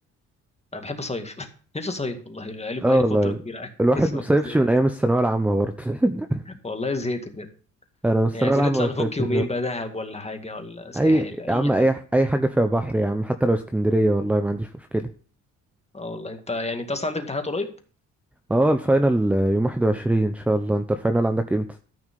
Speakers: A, on the left; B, in the centre.
A: انا بحب اصيف <laughs> نفسي اصيف والله بقالي بقالي
B: اه والله
A: فتره كبيره قاعد
B: الواحد
A: <laughs> صيف
B: ما صيفش
A: زهقت
B: من ايام الثانويه العامه برضه <laughs>
A: والله زهقت بجد
B: انا من الثانويه
A: يعني عايزين
B: العامه
A: نطلع
B: ما
A: نفك
B: صيفتش
A: يومين
B: برضه
A: بقى دهب ولا حاجه ولا ساحل
B: اي
A: اي
B: يا عم
A: حاجه
B: اي ح- اي حاجه فيها بحر يا عم حتى لو اسكندريه والله ما عنديش مشكله
A: اه والله انت يعني انت اصلا عندك امتحانات قريب
B: اه الفاينل يوم 21 ان شاء الله انت الفاينل عندك امتى